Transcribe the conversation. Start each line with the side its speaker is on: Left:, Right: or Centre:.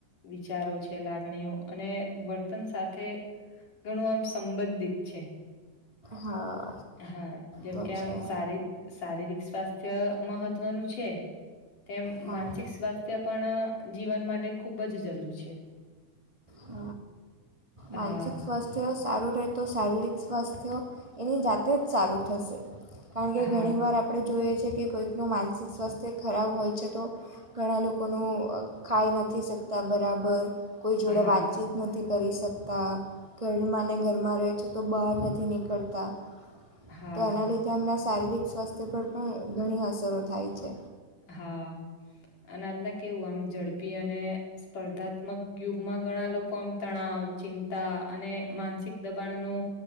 Left: વિચારો છે લાગણીઓ અને વર્તન સાથે, ગણું આમ સંબંધિત છે.
Right: હા.
Left: હા જેમ
Right: તો
Left: કે આમારી
Right: છે
Left: શારીરિક સ્વાસ્થ્ય મહત્વનું છે. તેમ
Right: હા
Left: માનસિક સ્વાસ્થ્ય પણ જીવન માટે ખૂબ જ જરૂર છે.
Right: હ, માનસિક
Left: હા
Right: સ્વાસ્થ્ય સારું રહેતો શારીરિક સ્વાસ્થ્ય, એની જાતે જ સારું થશે કારણ કે
Left: હા
Right: ઘણી વાર આપણે જોઈએ કે કોઈકનું માનસિક સ્વાસ્થ્ય ખરાબ હોય છે તો, ઘણા લોકોનું ખાઈ નથી શકતા ના બરાબર. કોઈ
Left: હા.
Right: જોડે વાતચીત નથી કરી શકતા ઘર માને ઘરમાં રહે છે તો બહાર નથી નીકળતા.
Left: હા
Right: તો એના લીધે એમના શારીરિક સ્વાસ્થ્ય પર પણ ઘણી અસરો થાય છે.
Left: હા, અને આજના કેવું આમ ઝડપી અને સ્પર્ધાત્મક યુગમાં ઘણા લોકો આમ તણાવ, ચિંતા અને માનસિક દબાણનુ,